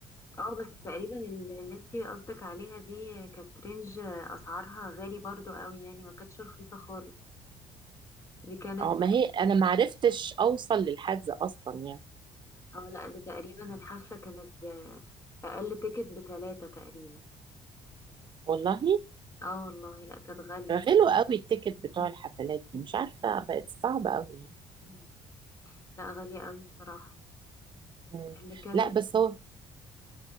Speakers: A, on the left; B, on the right.
A: اه بس تقريبا ال- اللي انت قصدك عليها دي كانت رينج اسعارها غالي برضو قوي يعني ما كانتش رخيصة خالص دي كانت
B: اه ما هي انا ما عرفتش اوصل للحجز اصلا يعني
A: اه لا ده تقريبا الحفلة كانت بأقل تيكت بتلاتة تقريبا
B: والله
A: اه والله لا كانت غالية
B: غلوا قوي التيكت بتوع
A: مم.
B: الحفلات دي مش عارفه بقت صعبه قوي يعني
A: مم. لا غالية قوي بصراحة
B: مم.
A: اللي كانت
B: لا بس هو